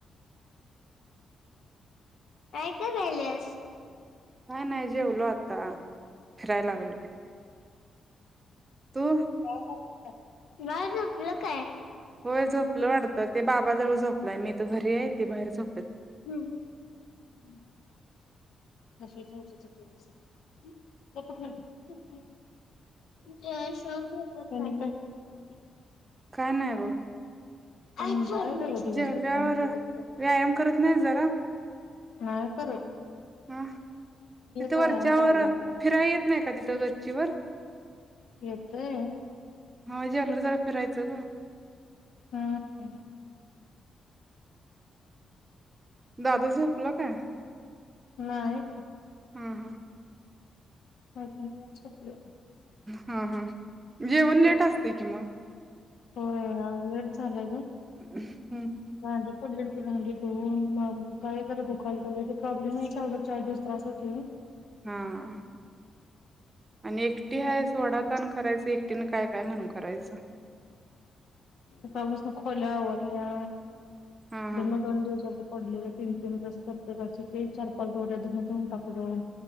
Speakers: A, on the left (about 70°); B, on the right (about 25°).
A: काय करायल्यास?
B: का नाही जेवलो आता. फिराय लागलोय. तू?
A: <unintelligible> बाळ झोपल काय?
B: होय झोपलं वाटतं ते बाबा जवळ झोपलाय मी तर घरी आहे ते बाहेर झोप
A: हम्म हम्म जय <unintelligible>
B: काय नाय बघ.
A: आणि मला काय होतय दिवसभर
B: जेवल्यावर
A: काम करून करून
B: व्यायाम करत नाही जरा
A: नाय सरत
B: हां तिथं
A: व्हायाला
B: वरच्यावर
A: चाललंय
B: फिराय येत नाही का तिथ? तो गच्चीवर
A: येतय
B: हा जेवल्यावर जरा फिरायचं ग
A: हम् <unintelligible>
B: दादा झोपला काय?
A: नाही
B: हा हा
A: <unintelligible>
B: हा हा जेवन लेट असतय कि मग
A: होय आज लेट झालंय ग
B: हं
A: भांडी पडलेली भांडी धुऊन मग पाय जरा दुखायलाते प्रॉब्लेमय आग चार दिवस त्रास होतोय न
B: हां आणि एकटी
A: हम्म
B: आहेस ओढाताण करायच एकटीने काय काय म्हणून करायचं
A: सकाळपासून खोल्या आवरल्या.
B: हा हा
A: दोन ब्लाऊज दोन दिवसात पडलेले तीन तीन ड्रेस प्रत्येकाची ते चार पाच दोऱ्या धुणं धुवून टाकलो.